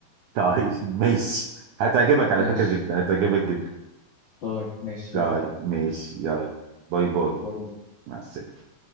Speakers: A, on the right; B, on the left.
A: طيب ماشي هتعجبك على
B: ماشي
A: فكرة جدا هتعجبك جدا
B: طيب ماشي
A: طيب
B: يلا
A: ماشي يلا باي باي
B: باي باي
A: مع السلامة